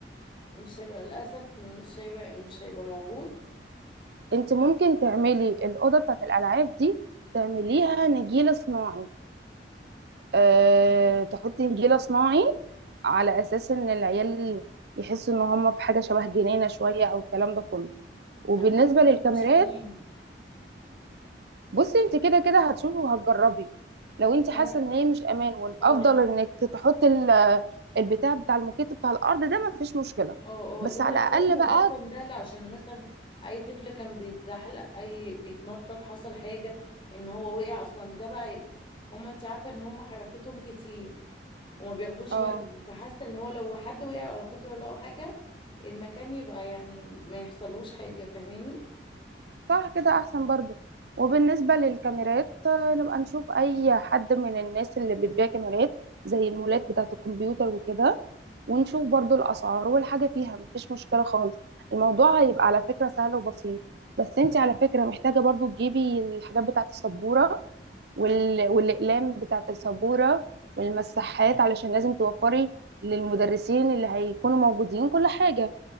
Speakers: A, on the left (about 30°); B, on the right (about 65°).
A: مش هيبقى للأسف مش هيبقى مش هيبقى موجود
B: انت ممكن تعملي الاوضه بتاعت الالعاب دي تعمليها نجيله صناعي أه... تحطي نجيله صناعي على اساس ان العيال يحسوا ان هم في حاجه شبه جنينه شويه او الكلام ده كله وبالنسبه
A: ما أنا حاسة إن
B: للكاميرات
A: هي مش أمان
B: بصي انت كده كده هتشوفي وهتجربي لو انت حاسه
A: أنا
B: ان هي مش امان والافضل
A: اه
B: انك تحطي ال- البتاع بتاع الموكيت بتاع الارض ده مفيش مشكله
A: اه
B: بس
A: اه اللي هو
B: على
A: اللي هو
B: الاقل
A: المبطن
B: بقى
A: ده لا عشان مثلا أي طفل كان بيتزحلق أي بيتنطط حصل حاجة إن هو وقع أصلا ده بقى هما أنت عارفة إن هما حركتهم كتير وما بياخدوش
B: اه
A: بالهم فحاسة إن هو لو حد وقع ولا قدر الله أو حاجة المكان يبقى يعني ما يحصلوش حاجة فاهماني
B: صح كده احسن برضو وبالنسبة للكاميرات آه، نبقى نشوف اي حد من الناس اللي بتبيع كاميرات زي المولات بتاعة الكمبيوتر وكده ونشوف برضو الاسعار والحاجة فيها مفيش مشكلة خالص الموضوع هيبقى على فكرة سهل وبسيط بس انت على فكرة محتاجة برضو تجيبي الحاجات بتاعة السبورة وال... والاقلام بتاعة السبورة والمساحات علشان لازم توفري للمدرسين اللي هيكونوا موجودين كل حاجة